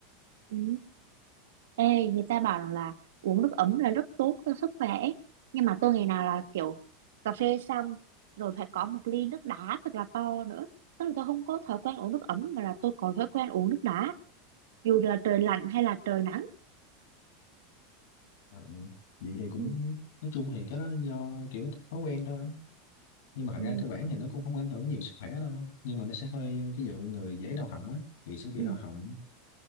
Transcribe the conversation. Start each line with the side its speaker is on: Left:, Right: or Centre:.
Right: Ừ. Ê, người ta bảo rằng là uống nước ấm là rất tốt cho sức khỏe. Nhưng mà tôi ngày nào là kiểu cà phê xong rồi phải có một ly nước đá thật là to nữa. Tức là tôi không có thói quen uống nước ấm mà là tôi có thói quen uống nước đá dù là trời lạnh hay là trời nắng
Left: Ừ. vậy thì cũng
Right: ừ
Left: nói chung thì cái đó do kiểu thói quen thôi nhưng mà thật
Right: ừ
Left: ra cơ bản thì nó cũng không ảnh hưởng nhiều sức khỏe đâu nhưng mà nó sẽ hơi ví dụ người dễ đau họng á thì sẽ bị
Right: ừ
Left: đau họng